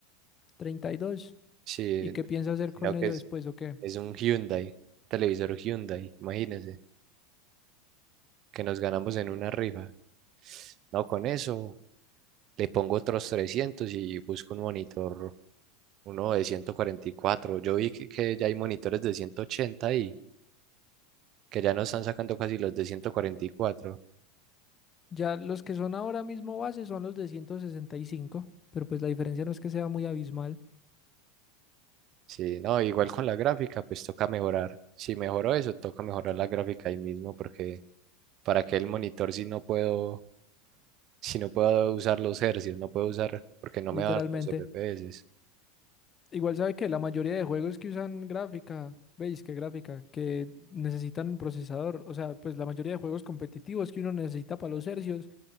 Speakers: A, on the left; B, on the right.
A: treinta y dos.
B: Sí,
A: ¿Y qué piensa hacer con
B: sino
A: ello
B: que es,
A: después o qué?
B: es un Hyundai, televisor Hyundai, imagínese, que nos ganamos en una rifa. No, con eso le pongo otros 300 y busco un monitor, uno de 144. Yo vi que, que ya hay monitores de ciento ochenta y que ya no están sacando casi los de 144.
A: Ya los que son ahora mismo base son los de 165, pero pues la diferencia no es que sea muy abismal,
B: Sí, no, igual con la gráfica, pues toca mejorar. Si mejoro eso, toca mejorar la gráfica ahí mismo, porque para que el monitor si no puedo, si no puedo usar los hercios, no puedo usar, porque no
A: literalmente.
B: me dan los FPS.
A: Igual sabe que la mayoría de juegos que usan gráfica, ¿veis qué gráfica? Que necesitan procesador, o sea, pues la mayoría de juegos competitivos que uno necesita para los hercios